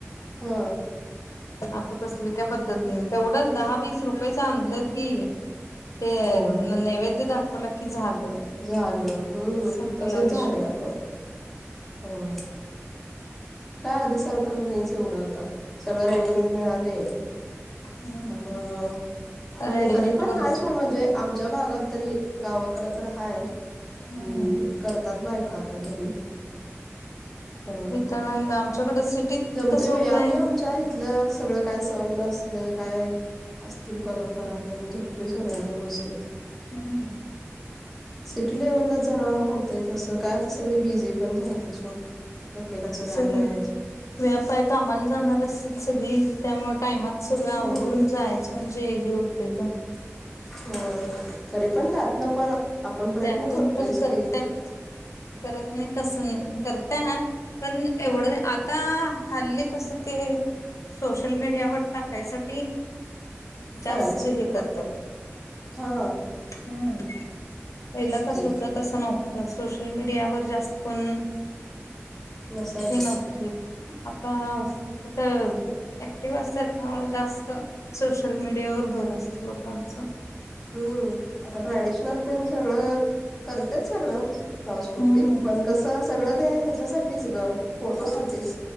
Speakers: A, in the centre; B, on the left (about 85°).
A: हा.
B: आता तसली काय पद्धत नाये, तेवढंच दहा वीस रुपयेच आणलं की, ते
A: होय.
B: नैवेद्य दाखवलं की झालं.
A: झालं हम्म
B: संपला
A: तसच
B: विषय
A: झालं अगं होय काय आधी सारखं नाहीच एवढं आता, सगळं रेडीमेड मिळालय.
B: हम्म
A: त्यामुंळ काय
B: रेडीमेंट
A: नाही तरी पण
B: वरच
A: हाय सोड म्हणजे आमच्या भागात तरी गावाकड तर हाय
B: हम्म.
A: कि करत तात बायका आता घरी सगळं
B: इथ नाही ग आमच्याकडं सिटीत
A: जमते
B: कसं
A: बाई
B: होतंय
A: आम्ही आमच्या सगळं काय सहन नस काय असतील परंपरा त्यां जपतोय सगळ्या व्यवस्थित.
B: हम्म
A: सिटी लेव्हलला जरा होतंय तसं काय आता सगळी बिझी पण झाल्यात सोड. प्रत्येकाच व्याप
B: सगळी
A: आहेत
B: व्याप हाय कामाला जाणार असत्यात सगळी त्यामुळे टायमात सगळं आवरून
A: हम्म
B: जायचं म्हणजे हे होतय ग
A: हो तरी पण त्यात न पण आपण प्रयत्न
B: त्यातून
A: करतोयच
B: पण करतत्यात
A: की
B: करत नाही तस करतात पण एवढं आता हल्ली कस ते सोशल मीडियावर टाकायसाठी
A: करायच
B: जास्त हे करतात
A: हा
B: हम् पहिला
A: तेच
B: कसं
A: की
B: होतं तसं नव्हतं सोशल मीडियावर जास्त कोन उम
A: नसायचं
B: शी नवतीत आता तिथं ऍक्टिव्ह असतात त्यामुळे जास्त सोशल मीडियावर भर असत लोकांच.
A: हम्म आता ट्रॅडिशनल तेन सगळं करते सगळं सांस्कृतिक
B: हम्म
A: पण कसं सगळं ते ह्याच्यासा तीच ग फोटो साठीच.